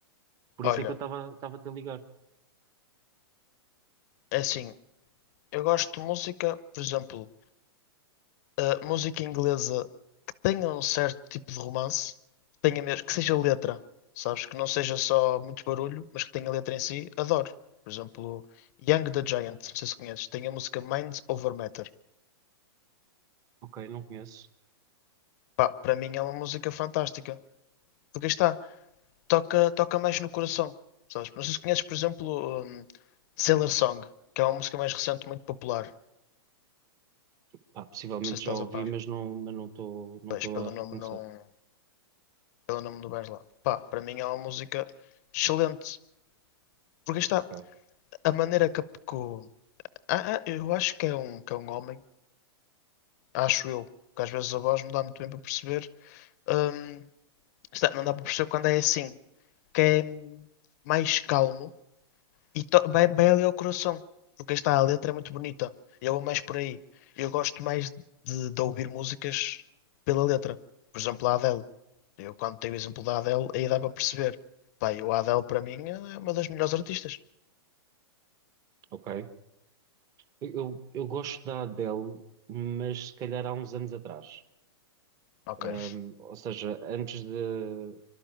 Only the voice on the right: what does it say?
Por
isso é que eu estava estava a te ligar.
Ok, não conheço.
Pá, possivelmente
já ouvi,
mas não, mas não estou não
estou
a
reconhecer.
Ok,
ok. Eu, eu gosto da Adele, mas se calhar há uns anos atrás.
Um, ou seja, antes de,